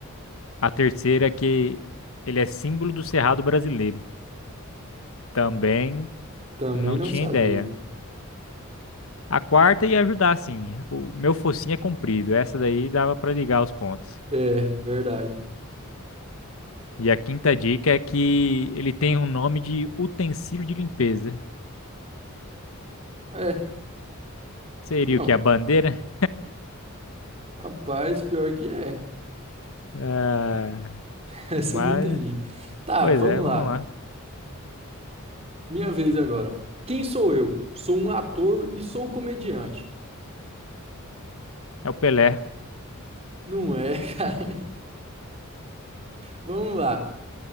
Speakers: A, on the left; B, on the right.
A: A terceira é que ele é símbolo do Cerrado brasileiro. Também
B: Também
A: não
B: não
A: tinha
B: sabia.
A: ideia. A quarta ia ajudar, sim. O meu focinho é comprido. Essa daí dava pra ligar os pontos.
B: É, verdade.
A: E a quinta dica é que ele tem um nome de utensílio de limpeza.
B: É,
A: Seria
B: não.
A: o que? A bandeira?
B: Rapaz, pior que é.
A: Ah,
B: <laughs> Essa
A: mas,
B: eu não entendi. Tá,
A: pois
B: vamos
A: é, vamos
B: lá.
A: lá.
B: Minha vez agora. Quem sou eu? Sou um ator e sou um comediante.
A: É o Pelé.
B: Não é, <laughs> cara. Vamos lá.